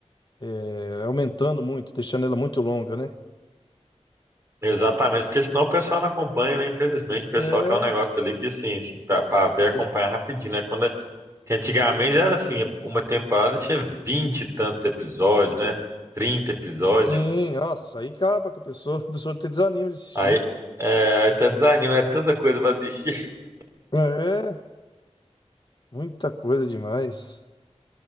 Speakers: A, on the left; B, on the right.
A: é, aumentando muito, deixando ela muito longa, né?
B: Exatamente, porque senão o pessoal não acompanha, né? Infelizmente, o pessoal
A: É,
B: quer um negócio ali que, assim, se- pra, pra ver, acompanhar
A: e-
B: rapidinho, né? Quando, é, que antigamente era assim, uma temporada tinha vinte e tantos episódios, né? Trinta episódios.
A: sim, nossa, aí acaba que a pessoa, <laughs> a pessoa te desanima de assistir.
B: Aí, é, aí até desanima, é tanta coisa pra assistir. <laughs>
A: É, muita coisa demais.